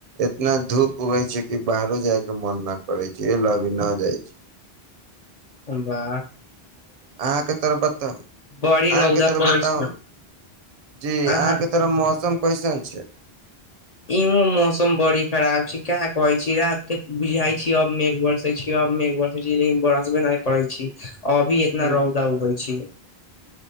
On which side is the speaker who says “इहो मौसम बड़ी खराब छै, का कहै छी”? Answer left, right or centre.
Left